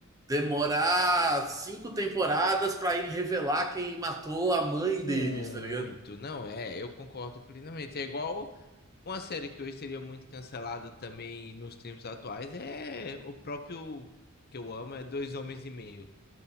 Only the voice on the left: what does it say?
Muito,
não é, eu concordo plenamente. É igual uma série que hoje seria muito cancelada também nos tempos atuais, é o próprio que eu amo, é Dois Homens e Meio.